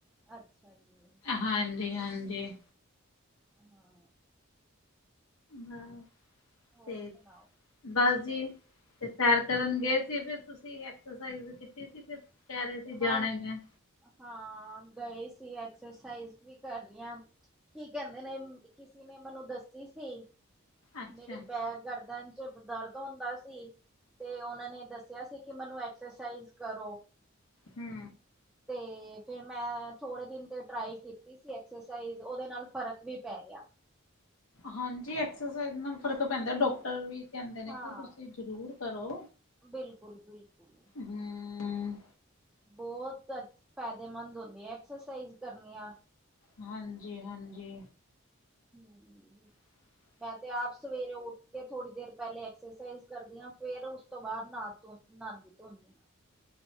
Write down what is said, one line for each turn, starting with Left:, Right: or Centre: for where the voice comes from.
Centre: ਅੱਛਾ ਜੀ।
Left: ਹਾਂਜੀ-ਹਾਂਜੀ।
Centre: ਹਾਂ।
Left: ਹਾਂ,
Centre: ਹੋਰ
Left: ਤੇ
Centre: ਸੁਣਾਓ
Left: ਬਸ ਜੀ, ਤੇ ਸੈਰ ਕਰਨ ਗਏ ਸੀ, ਫਿਰ ਤੁਸੀ ਐਕਸਰਸਾਈਜ਼ ਕੀਤੀ ਸੀ ਫਿਰ। ਕੈ ਰਏ ਸੀ ਜਾਨਾ
Centre: ਹਾਂ
Left: ਮੈਂ।
Centre: ਹਾਂ ਗਏ ਸੀ, ਐਕਸਰਸਾਈਜ਼ ਵੀ ਕਰ ਰਈ ਆਂ। ਕੀ ਕੈਂਦੇ ਨੇ ਕਿਸੀ ਨੇ ਮੈਨੂੰ ਦੱਸੀ ਸੀ,
Left: ਅੱਛਾ,
Centre: ਮੇਰੀ ਬੈਕ ਗਰਦਨ ਚ ਦਰਦ ਹੁੰਦਾ ਸੀ, ਤੇ ਓਨਾਂ ਨੇ ਦੱਸੇਆ ਸੀ ਕੀ ਮੈਨੂੰ ਐਕਸਰਸਾਈਜ਼ ਕਰੋ।
Left: ਹੂੰ।
Centre: ਤੇ ਫਿਰ ਮੈਂ ਥੋੜੇ ਦਿਨ ਤੇ ਟਰਾਈ ਕੀਤੀ ਸੀ ਐਕਸਰਸਾਈਜ਼ ਓਦੇ ਨਾਲ ਫ਼ਰਕ ਵੀ ਪੈ ਗੇਆ।
Left: ਹਾਂਜੀ ਐਕਸਰਸਾਈਜ਼ ਨਾਲ ਫ਼ਰਕ ਪੈਂਦਾ ਡੋਕਟਰ ਵੀ ਕੈਂਦੇ ਨੇ
Centre: ਹਾਂ,
Left: ਕੇ ਤੁਸੀਂ ਜ਼ਰੂਰ ਕਰੋ।
Centre: ਬਿਲਕੁਲ-ਬਿਲਕੁਲ।
Left: ਹੂੰ।
Centre: ਬੋਤ ਅਛ ਫੈਦੇਮੰਦ ਹੁੰਦੀਆ ਐਕਸਰਸਾਈਜ਼ ਕਰਨੀਆ।
Left: ਹਾਂਜੀ-ਹਾਂਜੀ।
Centre: ਹੂੰ।
Left: <inaudible>
Centre: ਮੈਂ ਤੇ ਆਪ ਸਵੇਰੇ ਉੱਠ ਕੇ ਥੋੜੀ ਦੇਰ ਪੈਲੇ ਐਕਸਰਸਾਈਜ਼ ਕਰਦੀ ਆਂ ਫੇਰ ਉਸ ਤੋਂ ਬਾਦ ਨਾ ਤੋ ਨਾਂਦੀ ਧੋਨੀ ਆਂ।